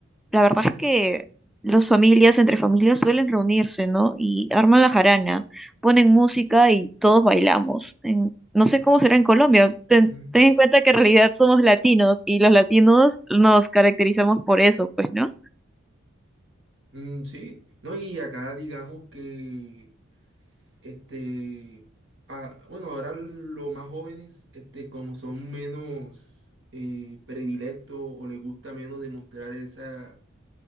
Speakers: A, in the centre; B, on the right.
A: la verdad es que las familias, entre familias, suelen reunirse, ¿no? Y arman la jarana, ponen música y todos bailamos. En- no sé cómo será en Colombia. Ten,
B: mm,
A: ten en cuenta que en realidad somos latinos y los latinos nos caracterizamos por eso, pues, ¿no?
B: mm, sí, ¿no? Y acá digamos que Este, ah, bueno, ahora los más jóvenes, este, como son menos eh, predilectos o les gusta menos demostrar esa,